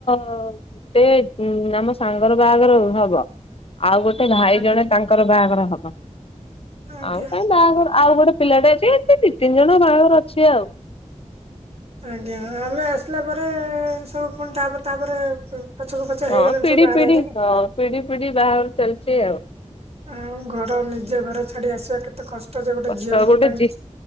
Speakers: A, on the left; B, on the right.
A: ଗୋଟେ ଆମ ସାଙ୍ଗର ବାହାଘର ହବ, ଆଉ ଗୋଟେ ଭାଇ
B: ଆଜ୍ଞା
A: ଜଣେ ତାଙ୍କ ତାଙ୍କର ବାହାଘର ହବ।
B: ଆଜ୍ଞା।
A: ଆଉ କାହିଁ ବାହାଘର ଆଉ ଗୋଟେ ପିଲାଟା ଅଛି ଦି ତିନି ଜଣ ବାହାଘର ଅଛି ଆଉ।
B: ଆଜ୍ଞା, ଆମେ ଆସିଲା ପରେ ସବୁ ପୁଣି ତାପରେ ତାପରେ ପଛକୁ ପଛ
A: ହଁ
B: ହେଇଗଲାଣି
A: ପିଢି
B: ସବୁ ବାହା
A: ପିଢି
B: ହବା ପାଇଁ।
A: ହଁ ପିଢି ପିଢି ବାହାଘର ଚାଲିଛି ଆଉ।
B: ଆଉ ଘର, ନିଜ ଘର ଛାଡି ଆସିବା କେତେ କଷ୍ଟ ଯେ ଗୋଟେ
A: କଷ୍ଟ
B: ଝିଅଙ୍କ
A: ଗୋଟେ
B: ପାଇଁ।
A: ଝି